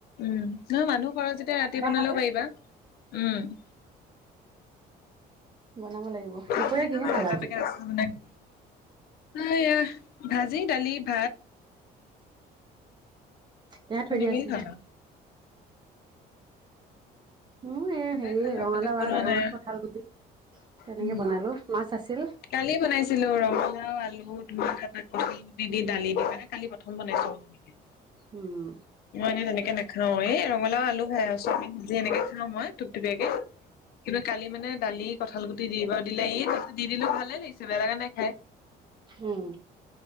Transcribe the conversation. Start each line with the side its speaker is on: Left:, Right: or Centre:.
Left: উম। নহয়, মানুহ সৰহ যেতিয়া ৰাতি বনালেও
Right: খালো
Left: পাৰিবা। উম।
Right: বনাব লাগিব
Left: <unintelligible>
Right: দুপৰীয়া কিহে খালা
Left: এটা এটাকৈ
Right: আজি
Left: <unintelligible> এইয়া, ভাজি, দালি, ভাত।
Right: এইয়া থৈ
Left: তেনেকেই
Right: দি আচোন।
Left: খাবা
Right: উ এয়া
Left: তেনেকে
Right: হেৰি
Left: খালা
Right: ৰঙালাও
Left: বেলেগ বনোৱা
Right: আগ আৰু
Left: নাই
Right: কঠাল গুটি তেনেকে
Left: উম
Right: বনালোঁ, মাছ আছিল।
Left: কালি বনাইছিলোঁ, ৰঙালাও আলু <unintelligible> কঠাল গুটি দি দালি মানে কালি প্ৰথম বনাইছিলোঁ। <unintelligible>
Right: উম।
Left: মই এনেই তেনেকে নেখাওঁ। এই ৰঙালাও আলু খাই আছোঁ। <unintelligible> এনেকে খাওঁ মই ধুপথুপীয়াকে। কিন্তু কালি মানে দালি, কঁঠাল গুট দিব দিলে ই, দি দিলোঁ। ভালে লাগিছে, বেয়া লাগা নাই খাই।
Right: উম।